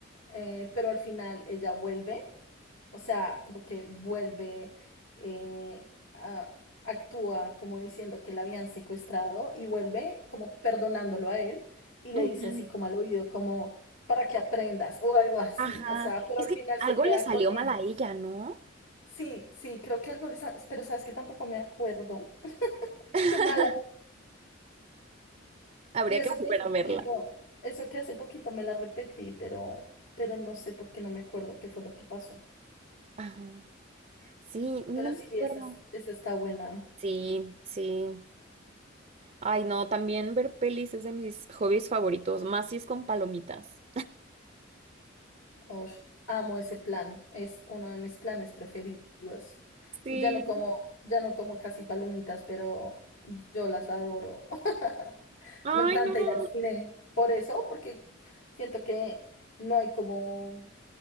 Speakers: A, on the left (about 80°); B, on the right (about 35°).
A: eh, pero al final ella vuelve. O sea, como que vuelve, eh, a- actúa como diciendo que la habían secuestrado y vuelve como perdonándolo a él y le
B: Ujú.
A: dice así como al oído, como para que aprendas o algo así.
B: Ajá,
A: O sea, pero
B: es
A: al
B: que
A: final se
B: algo
A: queda
B: le salió
A: con él.
B: mal a ella, ¿no?
A: Sí, sí, creo que algo le sa- pero sabes que tampoco me acuerdo.
B: <laughs>
A: Qué mala.
B: Habría
A: Y eso
B: que volver
A: que hace
B: a
A: poquito,
B: verla.
A: eso que hace poquito me la repetí, pero, pero no sé por qué no me acuerdo qué fue lo que pasó.
B: Ajá. Sí, no
A: Pero
B: me
A: sí, esa,
B: acuerdo.
A: esa está buena.
B: Sí, sí. Ay, no, también ver pelis es de mis hobbies favoritos, más si es con palomitas.
A: Ush, amo ese plan, es uno de mis planes preferidos.
B: Sí.
A: Y ya no como, ya no como casi palomitas, pero yo las adoro. <laughs>
B: Ay,
A: Me encanta
B: no.
A: ir al cine por eso, porque siento que no hay como,